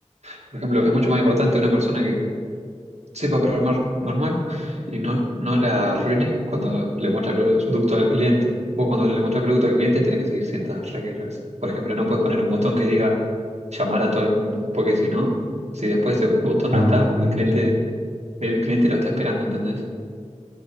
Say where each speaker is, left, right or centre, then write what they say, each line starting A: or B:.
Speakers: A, on the right; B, on the right.
A: Por ejemplo, es mucho más importante una persona que sepa programar normal y no, no la arruine cuando le muestra el producto al cliente. Vos cuando le muestras el producto al cliente tenés que seguir ciertas reglas. Por ejemplo, no puedes poner un botón que diga llamar a todo el mundo, porque si no, si después ese botón
B: ya
A: no está,
B: me quedé
A: el
B: un
A: cliente
B: bicho.
A: El cliente lo está esperando, ¿entendés?